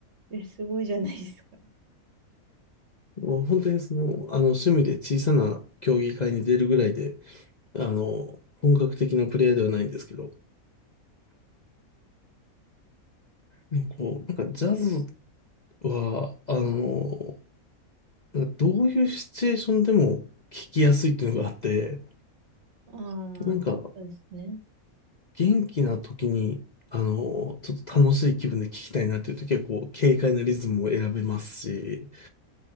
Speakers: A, on the right; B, on the left.
A: え、すごいじゃないですか。
B: もう本当にその、あの、趣味で小さな競技会に出るぐらいで、あの、本格的なプレイヤーではないんですけど、ねこう、なんかジャズは、あの、なんかどういうシチュエーションでも聞きやすいっていうのがあって、
A: ああ、
B: なんか
A: そうですね。
B: 元気な時に、あの、ちょっと楽しい気分で聞きたいなっていう時は、こう、軽快なリズムを選べますし、